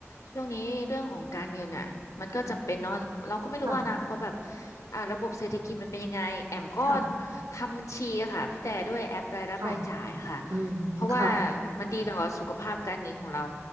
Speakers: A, on the left; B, on the right.
A: ช่วงนี้เรื่องของการเงินอ่ะมันก็จำเป็นเนาะเราก็ไม่รู้ว่าอนาคตแบบ
B: ค่ะ
A: อ่าระบบเศรษฐกิจมันเป็นยังไงแอมก็
B: ค่ะ
A: ทำบัญชีค่ะพี่แต่ด้วยแอปรายรับรายจ่ายค่ะ
B: ค่ะอืมค่ะ
A: เพราะว่ามันดีต่อสุขภาพการเงินของเรา